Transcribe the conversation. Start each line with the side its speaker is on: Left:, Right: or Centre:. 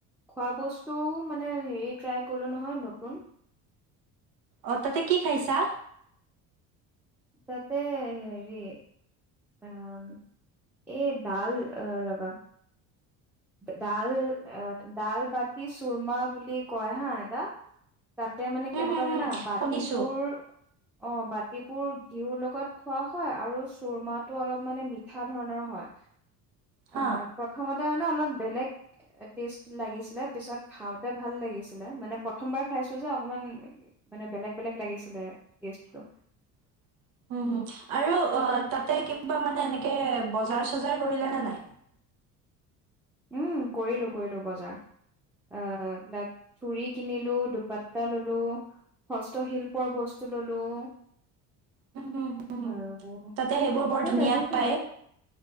Centre: খোৱা বস্তুও মানে হেৰি ট্ৰাই কৰি। নহয় নতুন
Right: অ' তাতে কি খাইছা।
Centre: তাতে হেৰি আহ এই ডাল ৰবা। ডাল, ডাল বাটি চুৰমা বুলি কয় হা এটা তাতে মানে
Right: হুম,
Centre: কেনেকুৱা
Right: হুম, হুম,
Centre: জানা, বাতিবোৰ
Right: শুনিছো।
Centre: অ', বাতিবোৰ ঘিউৰ লগত খোৱা হয় আৰু চুৰমাতো অলপ মানে মিঠা ধৰণৰ হয়।
Right: হা।
Centre: এ, প্ৰথমতে মানে অলপ বেলেগ টেষ্ট লাগিছিলে পিছত খাওঁতে ভাল লাগিছিলে, মানে প্ৰথমবাৰ খাই চো যে অকমান মানে বেলেগ বেলেগ লাগিছিলে কেছটো
Right: <inaudible> উ আৰু তাতে কিবা মানে এনেকে বজাৰ চজাৰ কৰিলে নে নাই?
Centre: উম, কৰিলোঁ কৰিলোঁ বজাৰ। আ, লাক চুৰি কিনিলো দুপাতটা ললোঁ হস্তশিল্পৰ বস্তু ললোঁ।
Right: হুম, হুম, হুম।
Centre: আৰু,
Right: তাতে সেইবোৰ বৰ
Centre: সেই
Right: ধুনীয়া
Centre: তেনেকেই
Right: পায়।